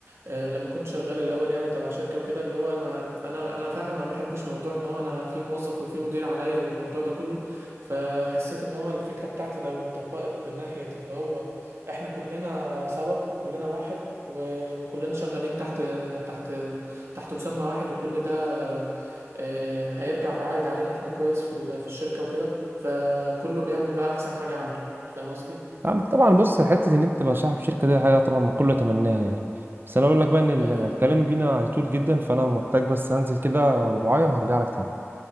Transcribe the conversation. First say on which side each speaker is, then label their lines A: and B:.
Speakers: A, on the right; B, on the right.
A: آه، لما كنت شغال الاول يعني تبع شركه وكده اللي هو انا انا انا فعلا ما بحبش موضوع ان هو انا في موظف وفي مدير عليا والموضوع ده كله فحسيت ان هو الفكره بتاعتي لو اتطبقت من ناحيه اللي هو احنا كلنا سوا وكلنا واحد و- وكلنا شغالين تحت تحت تحت مسمى واحد وكل ده آه، هيرجع بعائد علينا احنا كويس في ال- في الشركه وكده فكله بيعمل بقى احسن حاجه عنده أنت فاهم قصدي
B: فاهمك طبعا بص حته ان انت تبقى صاحب شركه دي حاجه طبعا ما كله يتمناها يعني بس انا اقول لك بقى ان
A: اكيد
B: الكلام
A: طبعا
B: بينا هيطول جدا فانا محتاج بس هنزل كده رباعية وهرجع لك تاني